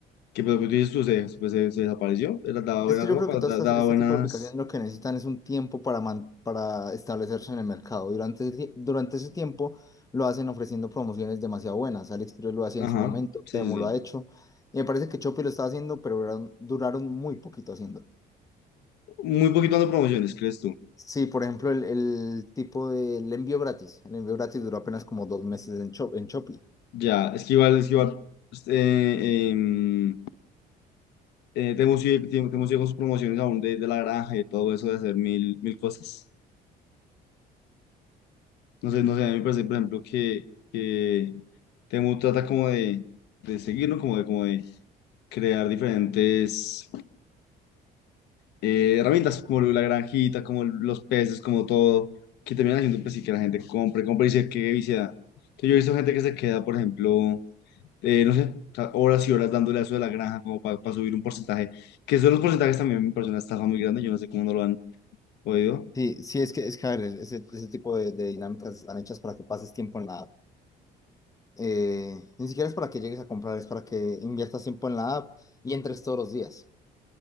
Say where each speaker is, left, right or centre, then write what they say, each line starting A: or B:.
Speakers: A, on the left; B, on the left.
A: Que pues, pues, dices tú, se, pues, se, se desapareció, era- daba buena
B: Es que
A: ropa,
B: yo creo que todas
A: da-
B: estas,
A: daba
B: este
A: buenas...
B: tipo de aplicaciones lo que necesitan es un tiempo para, man- para establecerse en el mercado. Durante, ese tie- durante ese tiempo lo hacen ofreciendo promociones demasiado buenas. AliExpress lo hacía
A: Ajá,
B: en su momento,
A: sí,
B: Temo
A: sí,
B: lo ha
A: sí.
B: hecho. Y me parece que Shopee lo está haciendo, pero duraron, duraron muy poquito haciéndolo.
A: Muy poquito dando promociones, ¿crees tú?
B: Sí, por ejemplo, el, el tipo del envío gratis. El envío gratis duró apenas como dos meses en, Shop, en Shopee.
A: Ya, es que igual, es que igual, pues, eh, em, eh, Temu sigue, Temu- con sus promociones aún de, de la granja y todo eso de hacer mil, mil cosas. No sé, no sé, a mí me parece, por ejemplo, que, que Temu trata como de, de seguirlo, como de, como de crear diferentes eh, herramientas como la granjita, como los peces, como todo, que terminan haciendo pues, sí, que la gente compre, compre y se quede viciada. Entonces, yo he visto gente que se queda, por ejemplo, eh, no sé, o sea, horas y horas dándole a eso de la granja como para subir un porcentaje, que son los porcentajes también me parece una estafa muy grande, yo no sé cómo no lo han podido.
B: Sí, sí, es que, es que, a ver, ese, ese tipo de, de dinámicas están hechas para que pases tiempo en la app. Eh, ni siquiera es para que llegues a comprar, es para que inviertas tiempo en la app y entres todos los días.